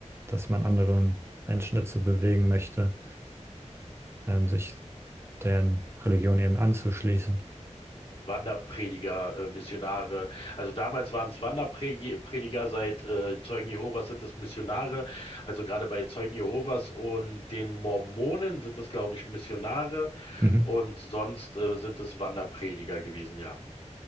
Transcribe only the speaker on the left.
Wanderprediger, äh, Missionare. Also damals waren es Wanderprediger, seit äh, Zeugen Jehovas sind es Missionare. Also gerade bei Zeugen Jehovas und den Mormonen sind es, glaube ich, Missionare
und sonst äh, sind es Wanderprediger gewesen, ja.